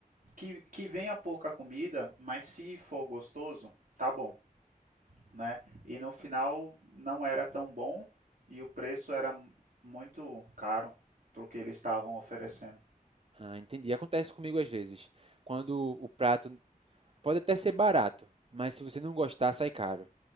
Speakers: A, on the right; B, on the right.
A: que, que venha pouca comida, mas se for gostoso, tá bom, né? E no final não era tão bom e o preço era muito caro para o que eles estavam oferecendo.
B: Ah, entendi. Acontece comigo às vezes. Quando o prato Pode até ser barato, mas se você não gostar, sai caro.